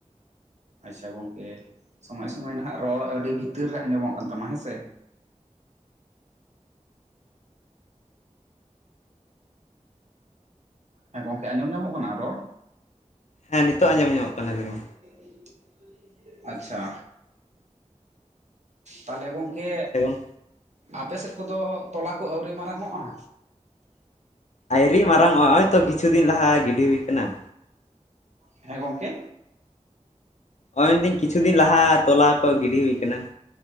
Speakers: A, on the right; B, on the left.
A: ᱟᱪᱪᱷᱟ ᱜᱚᱝᱠᱮ ᱥᱚᱢᱚᱭ ᱥᱚᱢᱚᱭ ᱱᱟᱦᱟᱜ ᱨᱚᱲ ᱟᱹᱰᱤ ᱵᱷᱤᱛᱤᱨ ᱨᱮ ᱟᱸᱡᱚᱢᱚᱜ ᱠᱟᱱ ᱛᱟᱢᱟ ᱦᱮᱸ ᱥᱮ। ᱦᱮᱸ ᱜᱚᱝᱠᱮ ᱟᱸᱡᱚᱢ ᱧᱟᱢᱚᱜ ᱠᱟᱱᱟ ᱨᱚᱲ।
B: ᱦᱮᱸ ᱱᱤᱛᱳ ᱟᱸᱡᱚᱢ ᱧᱟᱢᱚᱜ ᱠᱟᱱᱟ ᱜᱮᱭᱟ।
A: <inaudible> ᱟᱪᱪᱷᱟ। ᱛᱟᱸᱦᱚᱞᱮ ᱜᱚᱝᱠᱮ
B: ᱟᱪᱪᱷᱟ ᱜᱚᱝ
A: ᱟᱯᱮ ᱥᱮᱫ ᱠᱚᱫᱚ ᱛᱚᱞᱟ ᱠᱚ ᱟᱹᱣᱨᱤ ᱢᱟᱨᱟᱝ ᱚᱜᱼᱟ?
B: ᱟᱭᱨᱤ ᱢᱟᱨᱟᱝ ᱚᱜ ᱟ ᱱᱚᱜᱼ ᱚᱭ ᱛᱚ ᱠᱤᱪᱷᱩ ᱫᱤᱱ ᱞᱟᱦᱟ ᱜᱤᱰᱤ ᱦᱩᱭ ᱟᱠᱟᱱᱟ।
A: ᱦᱮᱸ ᱜᱚᱝᱠᱮ?
B: ᱱᱚᱜᱚᱭ ᱢᱮᱱᱫᱟᱹᱧ ᱠᱤᱪᱷᱩ ᱫᱤᱱ ᱞᱟᱦᱟ ᱛᱚᱞᱟ ᱠᱚ ᱜᱤᱰᱤ ᱦᱩᱭ ᱟᱠᱟᱱᱟ।